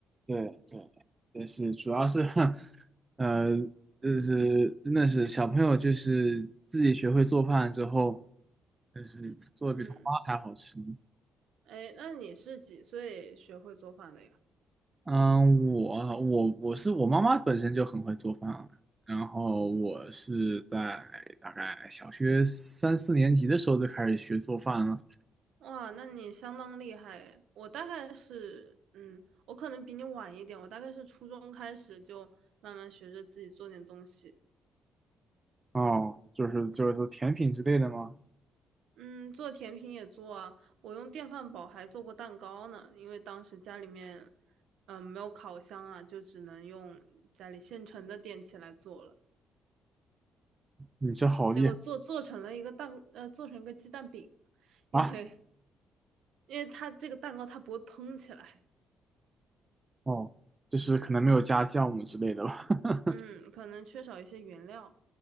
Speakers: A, on the right (about 20°); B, on the right (about 75°).
A: 对对，但是主要是，<laughs> 呃，就是真的是小朋友就是自己学会做饭之后，就是做的比他妈还好吃。
B: 嗯，哎，那你是几岁学会做饭的呀？
A: 嗯，我我我是我妈妈本身就很会做饭，然后我是在大概小学三四年级的时候就开始学做饭了。
B: 哇，那你相当厉害诶！我大概是，嗯，我可能比你晚一点，我大概是初中开始就慢慢学着自己做点东西。
A: 哦，就是就是说甜品之类的吗？
B: 嗯，做甜品也做啊，我用电饭煲还做过蛋糕呢，因为当时家里面，嗯，没有烤箱啊，就只能用家里现成的电器来做了。
A: 你这好厉害
B: 结果做做成了一个蛋，呃，做成一个鸡蛋饼，因为
A: 啊！
B: 因为它这个蛋糕它不会蓬起来，
A: 哦，就是可能没有加酵母之类的吧。<laughs>
B: 嗯，可能缺少一些原料。